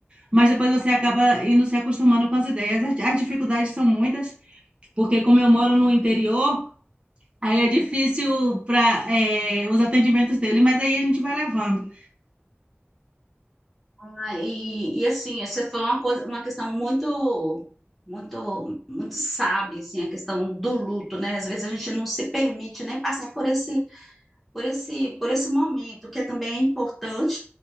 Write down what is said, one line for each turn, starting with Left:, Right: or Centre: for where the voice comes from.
Right: mas depois você acaba indo se acostumando com as ideias. As, as dificuldades são muitas, porque como eu moro no interior, aí é difícil para, os atendimentos dele, mas aí a gente vai levando.
Centre: Ah, e, e assim, você falou uma coisa, uma questão muito, muito, muito sábia, assim, a questão do luto, né? Às vezes a gente não se permite nem passar por esse, por esse, por esse momento, que é também é importante,